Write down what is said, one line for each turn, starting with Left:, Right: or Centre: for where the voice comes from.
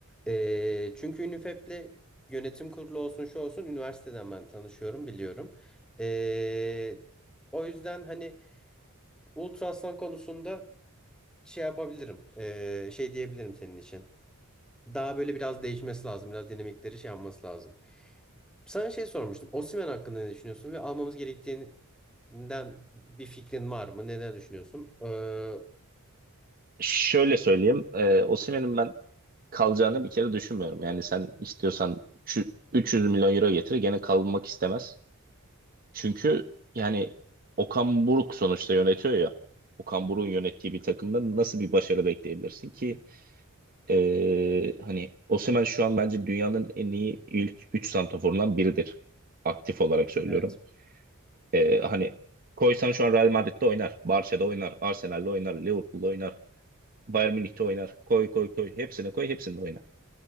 Centre: E, çünkü Ünifep'le yönetim kurulu olsun şu olsun üniversiteden ben tanışıyorum biliyorum. E, o yüzden hani Ultra konusunda şey yapabilirim e, şey diyebilirim senin için. Daha böyle biraz değişmesi lazım biraz dinamikleri şey yapması lazım. Sana şey sormuştum. Osimhen hakkında ne düşünüyorsun ve almamız gerektiğinden bir fikrin var mı? Neler düşünüyorsun? Ee,
Right: Şöyle söyleyeyim. E, Osimhen'in ben kalacağını bir kere düşünmüyorum. Yani sen istiyorsan üçü- 300 milyon euro getir gene kalmak istemez. Çünkü yani Okan Buruk sonuçta yönetiyor ya. Okan Buruk'un yönettiği bir takımda nasıl bir başarı bekleyebilirsin ki? Ee, hani Osimhen şu an bence dünyanın en iyi ilk 3 santraforundan biridir. Aktif olarak söylüyorum.
Centre: Evet.
Right: Ee, hani koysan şu an Real Madrid'de oynar, Barça'da oynar, Arsenal'de oynar, Liverpool'da oynar, Bayern Münih'te oynar. Koy koy koy hepsine koy hepsinde oynar.